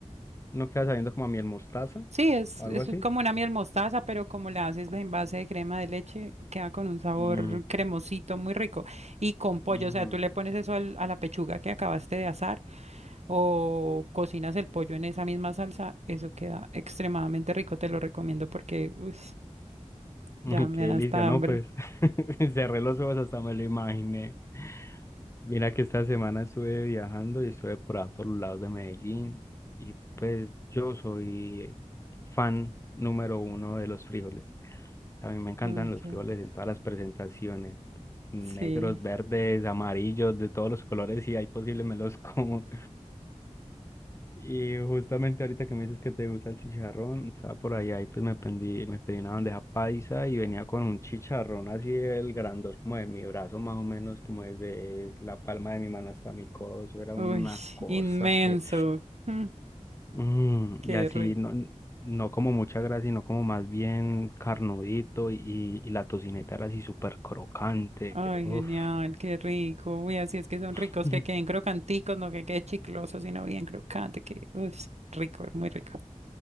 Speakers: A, on the left (about 20°); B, on the right (about 60°).
A: No queda sabiendo como a miel mostaza
B: Sí, es,
A: o
B: es
A: algo así.
B: como una miel mostaza, pero como la haces en base de crema de leche, queda con un sabor
A: Mm,
B: cremosito muy rico. Y con pollo,
A: mm,
B: o sea, tú le pones eso al- a la pechuga que acabaste de asar o cocinas el pollo en esa misma salsa, eso queda extremadamente rico, te lo recomiendo porque uy, ya
A: <laughs>
B: me
A: qué delicia,
B: da hasta
A: ¿no?
B: hambre.
A: Pues <laughs> cerré los ojos hasta me lo imaginé. Mira que esta semana estuve viajando y estuve por ahí por los lados de Medellín y pues yo soy fan número uno de los frijoles. A mí me encantan
B: Uy,
A: los
B: qué
A: frijoles
B: rico.
A: en todas las presentaciones, negros,
B: Sí,
A: verdes, amarillos, de todos los colores, si hay posible me los <laughs> como. Y justamente ahorita que me dices que te gusta el chicharrón, estaba por allá y pues me pedí, me pedí una bandeja paisa y venía con un chicharrón así el grandor como de mi brazo más o menos, como desde la palma de mi mano hasta mi codo, eso era
B: uy,
A: una cosa
B: inmenso.
A: que...
B: Mm,
A: Mm,
B: qué
A: y así,
B: rico.
A: no, no como mucha grasa, sino como más bien carnudito y, y la tocineta era así súper crocante.
B: Ay,
A: Uf.
B: genial, qué rico. Uy, así es que son
A: <laughs>
B: ricos, que queden crocanticos, no que quede chicloso, sino bien crocante, que uy, rico, muy rico.